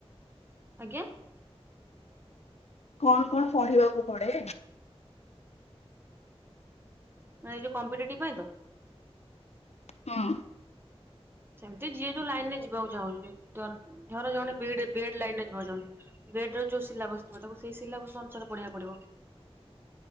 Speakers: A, on the right; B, on the left.
A: ଆଜ୍ଞା।
B: କଣ କଣ ପଢିବାକୁ ପଡେ?
A: ନାଇଁ ଏଇ ଯଉ କମ୍ପିଟେଟିଭ୍ ପାଇଁ ତ?
B: ହଁ
A: ସେମିତି ଯିଏ ଯୋଉ ଲାଇନ୍ ରେ ଯିବାକୁ ଚାହୁଁଛି ଧର ଧର ଜଣେ ବିଡି ବିଏଡ୍ ଲାଇନ ରେ ଯିବାକୁ ଚାହୁଁଛି। ବେଡ୍ ର ଯୋଉ ସିଲାବସ୍ ଥିବ ତାକୁ ସେଇ ସିଲାବସ୍ ଅନୁସାରେ ପଢିବାକୁ ପଡିବ।